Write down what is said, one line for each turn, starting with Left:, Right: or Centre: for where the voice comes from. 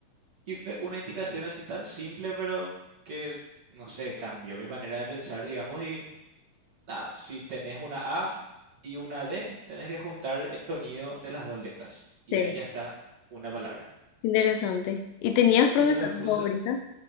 Right: Y fue una indicación así tan simple, pero que, no sé, cambió mi manera de pensar, digamos, y nada, si tenés una A y una D, tenés que juntar el sonido de las dos letras. Y
Left: Sí.
Right: ahí ya está una palabra.
Left: Interesante. ¿Y tenías profesora
Right: Y yo me puse,
Left: favorita?